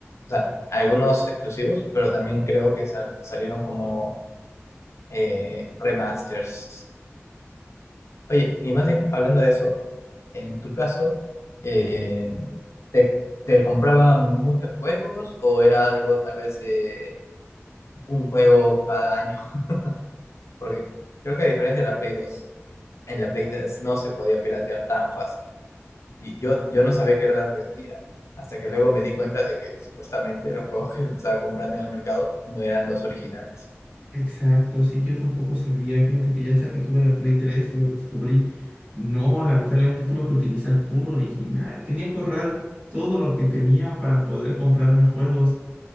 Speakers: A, on the left (about 75°); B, on the right (about 30°).
A: O sea, algunos exclusivos, pero también creo que sal- salieron como eh, remasters. Oye, y más bien, hablando de eso, en tu caso, eh, ¿te, te compraban muchos juegos o era algo tal vez de un juego cada año? <laughs> Porque creo que a diferencia de la Play 2 en la Play 3 no se podía piratear tan fácil. Y yo, yo no sabía que era la piratería, hasta que luego me di cuenta de que supuestamente los juegos que me estaba comprando en el mercado no eran los originales.
B: Exacto, sí, yo tampoco sabía. Fíjate que ya hasta que tuve la Play 3 lo descubrí. No, lamentablemente tuve que utilizar puro original. Tenía que ahorrar todo lo que tenía para poder comprarme juegos.